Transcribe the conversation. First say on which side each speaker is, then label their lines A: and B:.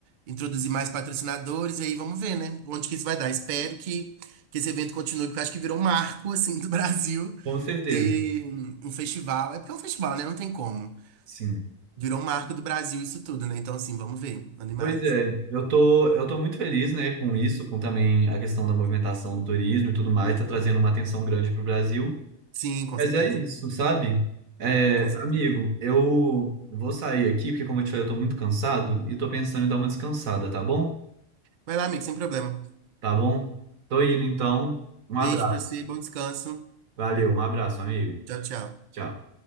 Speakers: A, on the right; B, on the right.
A: introduzir mais patrocinadores, e aí vamos ver, né? Onde que isso vai dar. Espero que, que esse evento continue, porque eu acho que virou um marco, assim, do <laughs> Brasil
B: com certeza.
A: ter um festival. É porque é um festival, né? Não tem como.
B: Sim.
A: Virou um marco do Brasil isso tudo, né? Então, assim, vamos ver. Animado.
B: Pois é, eu tô, eu tô muito feliz, né, com isso, com também a questão da movimentação do turismo e tudo mais, tá trazendo uma atenção grande pro Brasil.
A: Sim, com
B: Mas
A: certeza.
B: é isso, sabe? É,
A: Com certeza.
B: amigo, eu vou sair aqui, porque como eu te falei, eu tô muito cansado e tô pensando em dar uma descansada, tá bom?
A: Vai lá, amigo, sem problema.
B: Tá bom? Tô indo então.
A: Beijo
B: Um abraço.
A: pra você, bom descanso.
B: Valeu, um abraço, amigo.
A: Tchau, tchau.
B: Tchau.